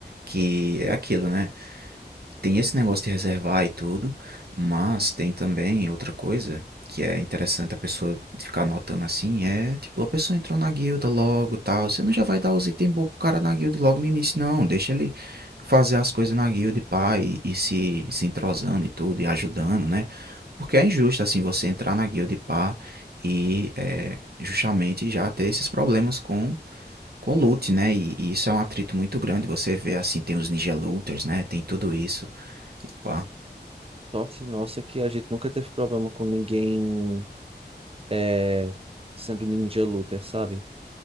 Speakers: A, on the right; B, on the right.
A: que é aquilo, né? Tem esse negócio de reservar e tudo, mas tem também outra coisa que é interessante a pessoa ficar anotando assim, é tipo, a pessoa entrou na guilda logo, e tal, você não já vai dar os itens bons pro cara na guilda logo no início, não, deixa ele fazer as coisas na guilda e pá, e, e se, se entrosando e tudo, e ajudando, né? Porque é injusto, assim, você entrar na guilda e pá, e é, justamente já ter esses problemas com com loot, né? E, e isso é um atrito muito grande. Você vê assim, tem os ninja looters, né? Tem tudo isso. E pá.
B: Sorte nossa que a gente nunca teve problema com ninguém é, sendo ninja looter, sabe?